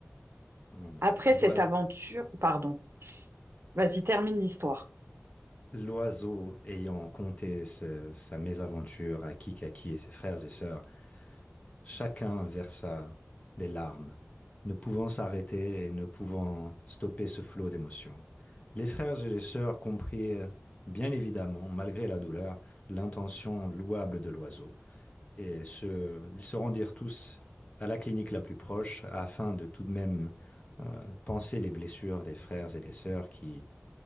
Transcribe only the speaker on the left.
Hmm.
L'oi-
L'oiseau, ayant conté ce- sa mésaventure à Kikaki et ses frères et sœurs, chacun versa des larmes, ne pouvant s'arrêter et ne pouvant stopper ce flot d'émotions. Les frères et les sœurs comprirent, bien évidemment, malgré la douleur, l'intention louable de l'oiseau Et se- ils se rendirent tous à la clinique la plus proche afin de tout de même euh, panser les blessures des frères et des sœurs qui